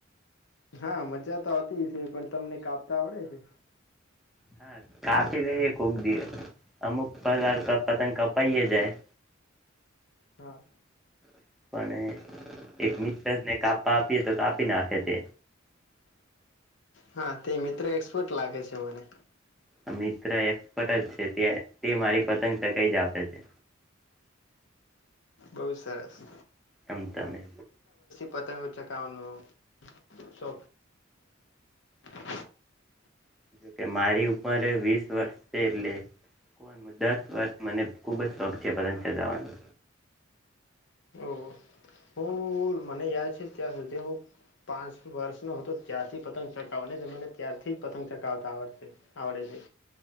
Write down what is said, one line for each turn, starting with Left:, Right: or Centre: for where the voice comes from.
Left: હા મજા તો આવતી છે પણ તમને કાપતા આવડે છે
Centre: હા કાપી લઈ કોક દિવસ અમુક પરકાર પતંગ કપાઈએ જાય
Left: હા.
Centre: <unintelligible> એક <unintelligible> ને કાપવા આપીએ તો કાપી નાખે તે.
Left: હા તે મિત્ર એક્સપર્ટ લાગે છે મને.
Centre: આ મિત્ર એક્સપર્ટ જ છે તે તે મારી પતંગ કટાય જ આપે છે.
Left: બહુ સરસ.
Centre: તમતમે.
Left: પતંગ ઉચકાવવાનું શોખ <inaudible>
Centre: <inaudible> કે મારી ઉંમરે વીસ વર્ષ છે, એટલે <inaudible> દસ વર્ષ મને ખૂબ જ શોખ છે પતંગ ચગાવવાનો.
Left: ઓ હું મને યાદ છે ત્યાં સુધી હું પાંચ વર્ષનો હતો ત્યારથી પતંગ ચકાવ્યો નને મને ત્યારથી જ પતંગ ચકાવતા આવડે. આવડે છે